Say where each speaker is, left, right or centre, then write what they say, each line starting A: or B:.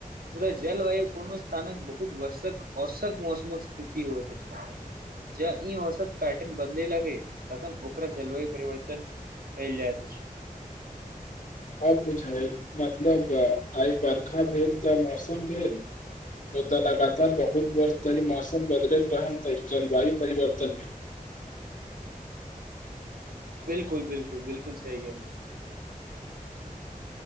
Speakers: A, on the right; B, on the left.
A: मुदा जलवायु कोनो स्थानक बहुत वर्षक औसत मौसमक स्थिति होइत अछि जा ई औसत पैटर्न बदले लागैय तखन ओकरा जलवायु परिवर्तन कयल जाइत अछि।
B: अब बुझाएल मतलब आइ बर्खा भेल तऽ मौसम भेल मुद्दा लगातार बहुत वर्ष धरि मौसम बदलैत रहल तऽ ई जलवायु परिवर्तन भेल
A: बिल्कुल बिल्कुल बिल्कुल सही गेलहुँ